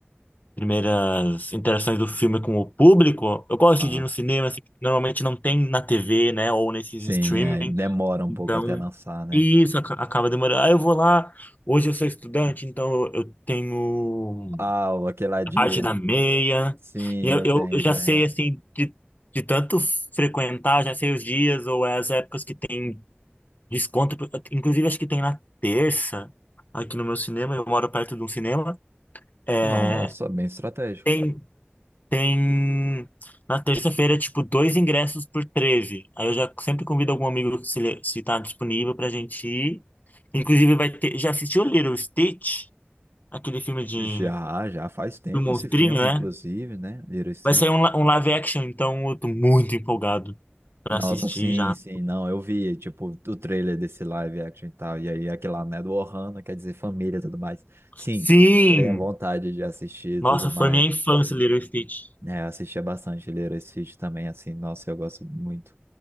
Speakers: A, on the left; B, on the right.
A: primeiras interações do filme com o público, eu gosto
B: aham.
A: de ir no cinema, assim, porque normalmente não tem na TV, né, ou nesses
B: Sim,
A: streaming,
B: é, demora um
A: então
B: pouco até lançar, né?
A: isso aca- acaba demorando. Aí eu vou lá, hoje eu sou estudante, então eu eu tenho
B: Ah, o aquele ladinho.
A: a parte da meia,
B: Sim,
A: e eu,
B: eu
A: eu,
B: tenho
A: eu já
B: também.
A: sei, assim, de, de tanto frequentar, já sei os dias ou as épocas que tem Desconto, inclusive acho que tem na terça, aqui no meu cinema, eu moro perto de um cinema. É,
B: Nossa, bem estratégico.
A: tem, tem na terça-feira, tipo, dois ingressos por treze Aí eu já sempre convido algum amigo se, ele- se tá disponível pra gente ir. Inclusive vai ter, já assistiu Little Stitch? Aquele filme de,
B: Já, já faz tempo
A: do monstrinho,
B: esse filme,
A: né?
B: inclusive, né? Veracity.
A: Vai sair um, li- um live action, então eu tô muito empolgado pra
B: Nossa,
A: assistir
B: sim,
A: já.
B: sim, não, eu vi, tipo, o trailer desse live action e tal, e aí aquele lá, né, do Ohana, quer dizer família e tudo mais. Sim,
A: Sim!
B: tenho vontade de assistir e
A: Nossa,
B: tudo
A: foi
B: mais.
A: minha infância, Little Stitch.
B: É, eu assistia bastante Lilo e Stitch também, assim, nossa, eu gosto muito.